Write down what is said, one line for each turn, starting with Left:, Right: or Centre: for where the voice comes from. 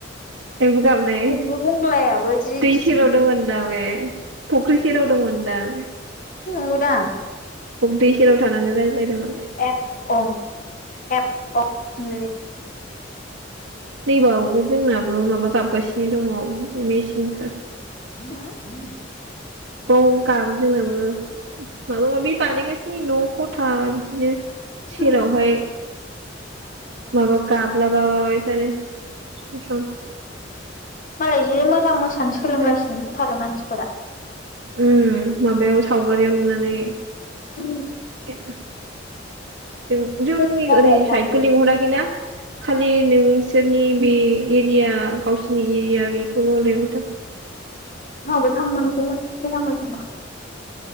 Right: एम्बु गाबनाय
Left: जोंबो बंग्लायाबो जि
Right: दै
Left: गिदिर
Right: सेरावदोंमोन
Left: गिदिर
Right: दाबे। फख्रिसेेराव दंमोनदां।
Left: <unintelligible>
Right: दै सेराव थानानै रायज्लायदोंमोन। बे
Left: एप अं एप अं <unintelligible>
Right: नै बेबावबो जोंनाबो माबा गाबगासिनो दङ मेचिनफोर।
Left: <unintelligible>
Right: औ गाबो जोंनाबो। माबा माबि बानायगासिनो न' खथा बिदि दिनो सेरावहाय
Left: होनलायलायो।
Right: माबा गाबलाबाय थानो। सम सम।
Left: मालाय जि मोजां मोसानो
Right: ओमफ्राय
Left: सोलोंगासिनो दंथारो मानसि फोरा।
Right: उम माबायाव सावगारियाव नुनानै।
Left: उम।
Right: <unintelligible> जों जोंनि
Left: आंबो
Right: ओरै साइदखौ लिंहराखैना। खालि नोंसोरनि बे एरिया गावसोरनि एरिया बेखौल' लिह <unintelligible>
Left: <unintelligible>